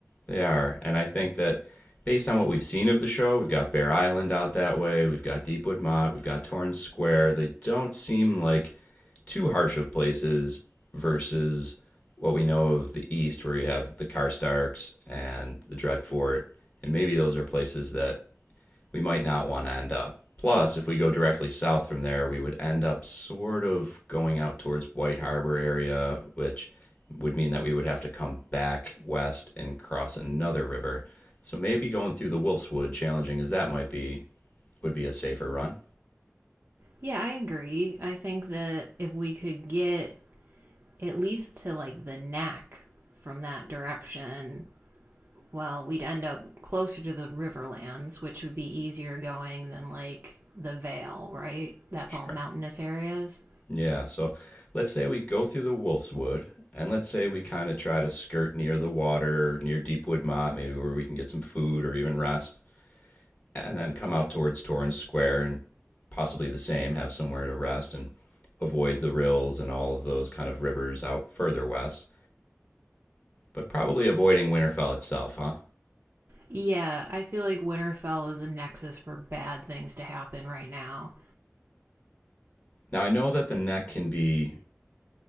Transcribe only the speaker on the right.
Yeah, I agree. I think that if we could get at least to like the neck from that direction, well, we'd end up closer to the Riverlands, which would be easier going than like the Vale, right? That's
all mountainous areas.
Yeah, I feel like Winterfell is a nexus for bad things to happen right now,